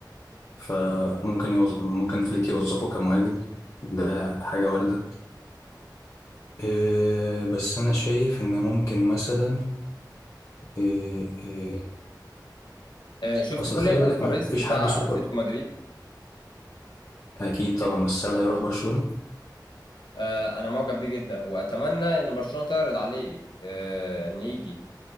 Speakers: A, on the left; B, on the left.
A: فممكن يوظ... ممكن فليك يوظفه كمهاجم ده حاجة واردة إيه بس انا شايف ان ممكن مثلا إيه إيه
B: آه، شفت
A: اصل
B: خوليان
A: خلي بالك
B: الفاريز
A: ما فيش
B: بتاع
A: حد سوبر
B: اتلتيكو مدريد
A: اكيد طبعا بس هل هيروح برشلونة
B: آه، انا معجب بيه جدا واتمنى ان برشلونة تعرض عليه آه، ان يجي